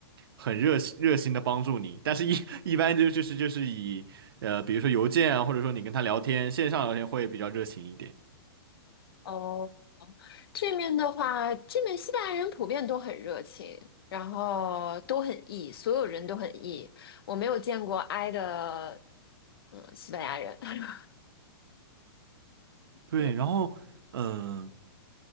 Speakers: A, on the right; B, on the left.
A: 很热心热心的帮助你。但是一 <laughs> 一般就就是就是以呃，比如说邮件啊，或者说你跟他聊天，线上聊天会比较热情一点。
B: 哦。这面的话，这面西班牙人普遍都很热情，然后都很 E，所有人都很 E。我没有见过 I 的，嗯，西班牙人。<laughs>
A: 对，
B: 对，
A: 然后嗯、呃